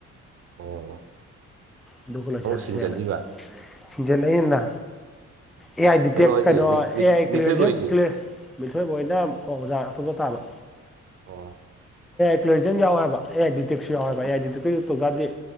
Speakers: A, on the right; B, in the centre.
A: ꯑꯣꯝ
B: ꯑꯗꯨꯒ ꯂꯣꯏꯁꯤꯜꯂꯁꯦ
A: ꯁꯤꯡꯖꯜꯂꯤꯕ
B: ꯍꯥꯏꯅ ꯁꯤꯡꯖꯦꯜ ꯑꯏꯅ ꯑꯦ ꯑꯥꯏ ꯗꯤꯇꯦꯛ
A: ꯍꯣꯏꯗꯤ
B: ꯀꯩꯅꯣ
A: ꯃꯤ
B: ꯑꯦ
A: ꯃꯤ
B: ꯑꯥꯏ ꯀ꯭ꯂꯤꯌꯥꯔꯁ
A: ꯃꯤꯊꯣꯏꯕ ꯍꯣꯏꯗꯤ
B: ꯀ꯭ꯂꯤꯌꯥꯔ ꯂꯣꯏ ꯑꯣꯏꯅ ꯑꯣ ꯑꯣꯖꯥ ꯑꯇꯣꯞꯄ ꯇꯥꯕ
A: ꯑꯣ
B: ꯀ꯭ꯂ꯭ꯔꯤꯖꯟ ꯌꯥꯎꯋꯦꯕ ꯑꯦ ꯑꯥꯏ ꯗꯤꯇꯦꯛꯁꯨ ꯌꯥꯎꯋꯦꯕ ꯑꯦ ꯑꯥꯏ ꯗꯤꯇꯦꯛꯇ ꯌ ꯇꯧ ꯇꯥꯔꯗꯤ